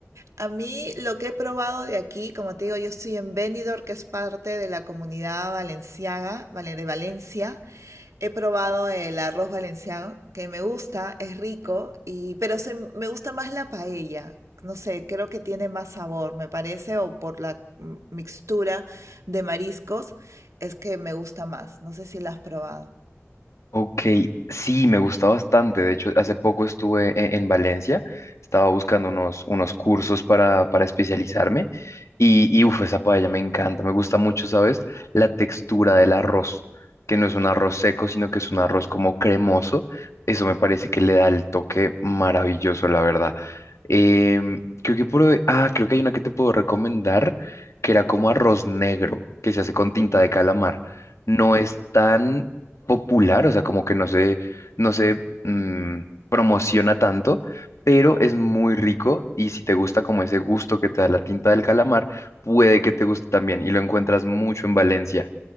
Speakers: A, on the right (about 85°); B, on the left (about 75°).
A: A mí lo que he probado de aquí, como te digo, yo estoy en Benidorm, que es parte de la comunidad valenciaga, vale, de Valencia. He probado el arroz valenciano, que me gusta, es rico, y, pero soy- me gusta más la paella. No sé, creo que tiene más sabor, me parece, o por la mm, mixtura de mariscos, es que me gusta más. No sé si la has probado.
B: Ok, sí, me gusta bastante. De hecho, hace poco estuve e- en, Valencia, estaba buscando unos, unos cursos para, para especializarme y, y uf, esa paella me encanta, me gusta mucho, ¿sabes? La textura del arroz, que no es un arroz seco, sino que es un arroz como cremoso. Eso me parece que le da el toque maravilloso, la verdad. Em, creo que probé- ah, creo que hay una que te puedo recomendar, que era como arroz negro, que se hace con tinta de calamar. No es tan popular, o sea, como que no se, no se mm, promociona tanto, pero es muy rico y si te gusta como ese gusto que te da la tinta del calamar, puede que te guste también y lo encuentras mucho en Valencia.